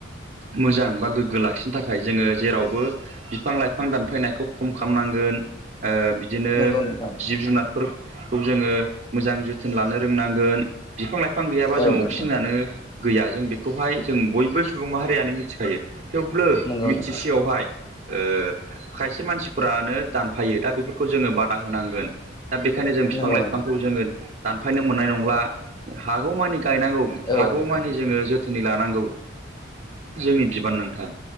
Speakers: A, on the right; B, on the left.
A: मोजां बा गोग्गो लाखिनो थाखाय जोंङो जेरावबो बिफां-लाइफां दानफायनायखौ खम खालामनांगोन ओ बिदिनो
B: नंगौ नोंथां
A: जिब जुनारफोर खौ जोंङो मोजां जोथोन लानो रोंनांगोन बिफां-लाइफां गैयाबा जों
B: औ नोंथां
A: अक्सिजेनानो गैया जों बेखौहाय जों बयबो सुबुं माहारियानो मिथिखायो थेवब्लो
B: नंगौ
A: मिथिसेयावहाय
B: नोंथां
A: ओ खायसे मानसिफ्रानो दानफायो दा बेफोरखौ जोंङो बादा होनांगोन दा बेखायनो जों बिफां-लाइफांखौ
B: नंगौ नोंथां
A: जोंङो दानफायनो मोननाय नंला हागौमानि गायनांगौ
B: औ
A: हागौमानि
B: नोंथां
A: जोंङो जोथोनै लानांगौ जोंनि बिबान नोंथां